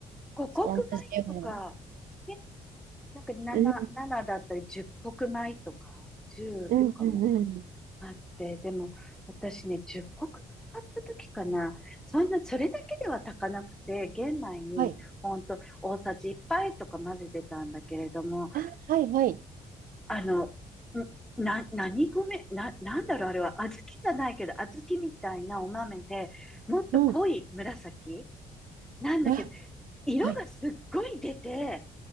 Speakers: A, in the centre; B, on the right.
A: 五穀
B: 同じような。
A: 米とか、ね、なんか7、
B: うん、
A: 7だったり十穀米とか、十とかも
B: うん、うん、うん。
A: あって、でも私ね、十穀米買った時かな、そんな、それだけでは炊かなくて、玄米にほんと大さじ1杯とか混ぜてたんだけれども、
B: はい。あ、はい、はい。
A: あの、んな、何米、な、なんだろう、あれは、小豆じゃないけど、小豆みたいなお豆で、もっと濃い紫
B: うん。
A: なんだけど、
B: わ、
A: 色がすっごい出て、
B: はい、